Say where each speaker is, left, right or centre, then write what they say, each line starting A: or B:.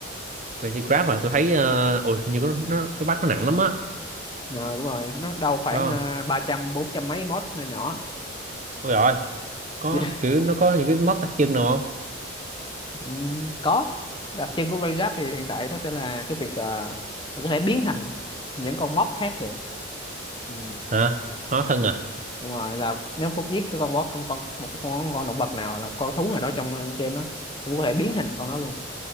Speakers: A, on the right; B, on the left.
A: Crazy Craft mà tôi thấy, ờ, ôi hình như có, nó, cái bắt nó nặng lắm á,
B: Ờ, đúng rồi nó đâu khoảng
A: phải không?
B: uh, ba trăm bốn trăm mấy mod nhỏ nhỏ
A: Ôi rồi, có
B: <laughs>
A: kiểu nó có những cái mod đặc trưng nào không?
B: Ừ, có đặc trưng của Crazy Club thì hiện tại nó sẽ là cái việc ờ, mình có thể biến thành những con mob khác được ừ.
A: Hả? Hóa thân à?
B: đúng rồi là nếu Phúc giết cái con boss con con một cái con con động vật nào là một con thú nào đó trong ờ, game đó thì Phúc có thể biến hình con đó luôn